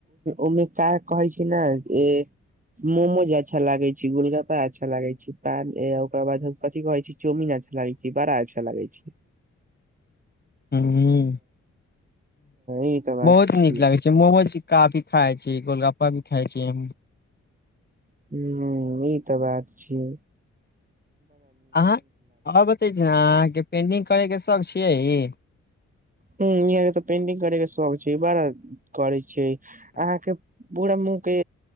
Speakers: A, on the right; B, on the left.
A: ओमे क कहै छैय ने जे मोमोज अच्छा लागै छैय, गोलगप्पा अच्छा लागै छैय, पान ओकरा बाद कथि कहै छैय चाउमीन अच्छा लागै छैय, बड़ा अच्छा लागै छैय।
B: उं
A: ई तऽ बात
B: बहुत
A: छियै
B: नीक लागै छैय मोमोज। काफी खाइ छी गोलगप्पा भी खाइ छी हम।
A: <unintelligible> ई तऽ बात छिय।
B: अहाँ आ बतै छी ने अहाँके पेंटिंग करे के शौक छियै?
A: हँ यहाँ के तऽ पेंटिंग करे के शौक छै। बड़ा करै छै अहाँ के पूरा मुह के